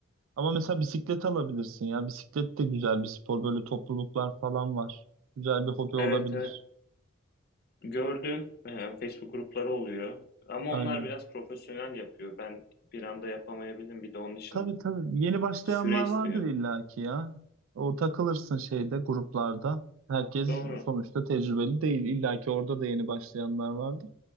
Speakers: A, on the right; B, on the left.
A: Ama mesela bisiklet alabilirsin ya. Bisiklet de güzel bir spor. Böyle topluluklar falan var. Güzel bir hobi olabilir.
B: Evet evet. Gördüm e, Facebook grupları oluyor. Ama
A: Aynen.
B: onlar biraz profesyonel yapıyor. Ben bir anda yapamayabilirim. Bir de onun için
A: Tabii tabii. Yeni başlayanlar
B: süre istiyor.
A: vardır illaki ya. O takılırsın şeyde gruplarda. Herkes
B: Doğru.
A: sonuçta tecrübeli değil. İllaki orada da yeni başlayanlar vardır.